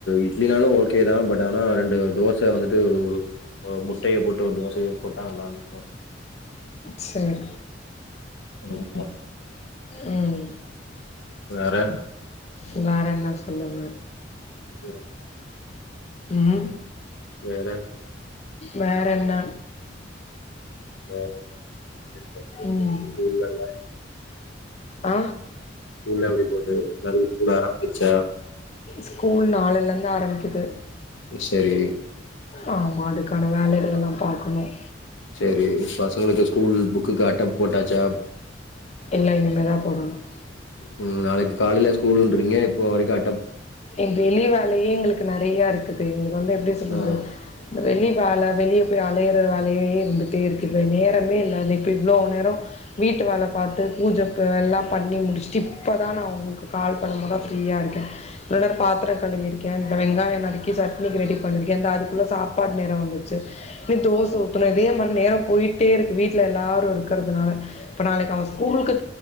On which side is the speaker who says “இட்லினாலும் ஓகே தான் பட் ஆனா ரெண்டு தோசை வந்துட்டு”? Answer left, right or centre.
Left